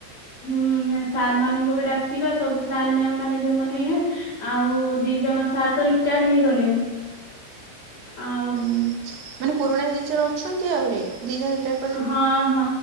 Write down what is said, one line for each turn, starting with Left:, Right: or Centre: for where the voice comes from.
Left: ହୁଁ ସାର୍ ମାନଙ୍କୁ ବି ଡାକିବା ସବୁ ସାର ମ୍ୟାମ ମାନେ ଯୋଉ ମାନେ ଇଏ ଆଉ ଦି ଜଣ ସାର୍ ତ ରିଟାୟାର୍ଡ ହେଇଗଲେଣି ଆ
Right: ହୁଁ ମାନେ ପୁରୁଣା ଦିଜରେ ଅଛନ୍ତି ଆହୁରି ଦି ଜଣ ସେଟା
Left: ହଁ ହଁ